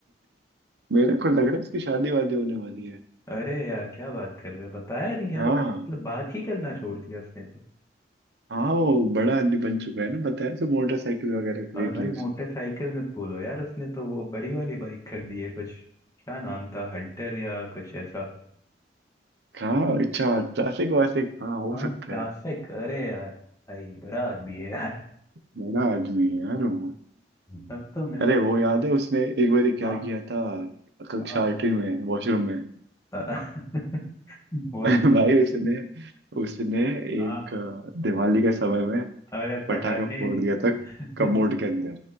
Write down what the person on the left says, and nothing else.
अरे यार क्या बात कर रहे हो बताया नहीं यार
उसने मतलब बात ही करना छोड़ दिया उसने तो
और भाई
मोटरसाइकिल मत बोलो यार उसने तो वो बड़ी वाली बाइक खरीदी है कुछ क्या नाम था हंटर या कुछ ऐसा
हाँ
क्लासिक
अरे यार भाई बड़ा आदमी है यार
तब तो मिलता
हाँ
हाँ
अ- <laughs>
वो
हाँ
अरे
पटाखे
<laughs>